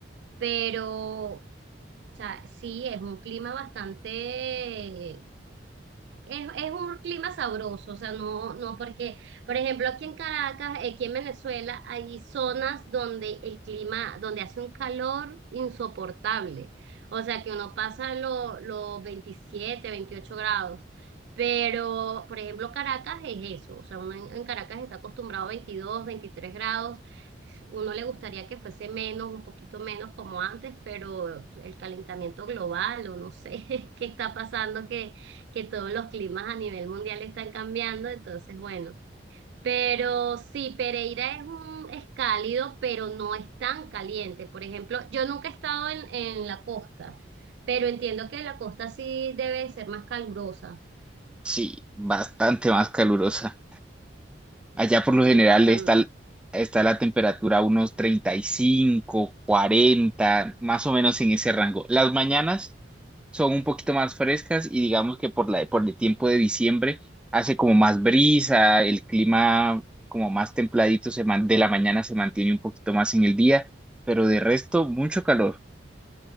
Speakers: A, on the right; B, in the centre.
A: pero, o sea, sí, es un clima bastante es, es un clima sabroso, o sea, no, no, porque, por ejemplo, aquí en Caracas, aquí en Venezuela, hay zonas donde el clima, donde hace un calor insoportable, o sea, que uno pasa lo- los veintisiete veintiocho grados, pero, por ejemplo, Caracas es eso, o sea, uno en, en Caracas está acostumbrado a 22, 23 grados, uno le gustaría que fuese menos, un poquito menos como antes, pero el calentamiento global, o no sé <laughs> qué está pasando, que todos los climas a nivel mundial están cambiando, entonces bueno. Pero sí, Pereira es un, es cálido, pero no es tan caliente. Por ejemplo, yo nunca he estado en, en la costa, pero entiendo que la costa sí debe ser más calurosa.
B: Sí, bastante más calurosa. Allá por lo
A: Sí,
B: general
A: por tam-
B: está, está la temperatura a unos 35 40 más o menos en ese rango. Las mañanas son un poquito más frescas y digamos que por la, por el tiempo de diciembre hace como más brisa, el clima como más templadito se man- de la mañana se mantiene un poquito más en el día, pero de resto mucho calor.